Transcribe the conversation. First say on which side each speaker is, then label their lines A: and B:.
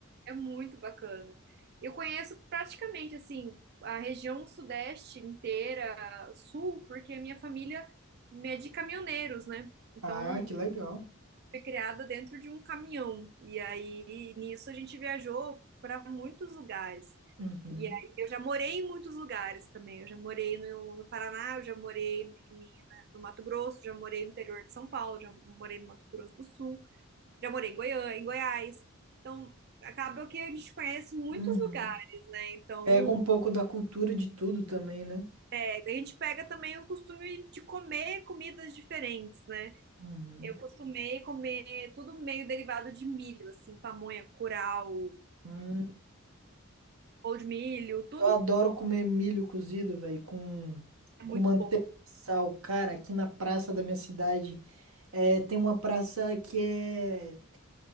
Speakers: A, on the right (about 50°); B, on the right (about 70°).
A: é muito bacana. Eu conheço praticamente, assim, a região sudeste inteira, sul, porque a minha família é de caminhoneiros, né? Então,
B: Ah, que legal.
A: foi criada dentro de um caminhão. E aí nisso a gente viajou para muitos lugares.
B: Uhum,
A: E aí eu já morei em muitos lugares também. Eu já morei no, no Paraná, eu já morei em- em- no Mato Grosso, já morei no interior de São Paulo, já morei no Mato Grosso do Sul, já morei em Goiânia, em Goiás. Então acaba que a gente conhece muitos
B: uhum.
A: lugares, né? Então
B: Pega um pouco da cultura de tudo também, né?
A: é, a gente pega também o costume de comer comidas diferentes, né?
B: Uhum.
A: Eu costumei comer tudo meio derivado de milho, assim, pamonha, curau,
B: Uhum.
A: ou de milho, tudo
B: Eu adoro comer milho cozido, velho, com,
A: é muito
B: com manteiga
A: bom.
B: e sal. Cara, aqui na praça da minha cidade é, tem uma praça que é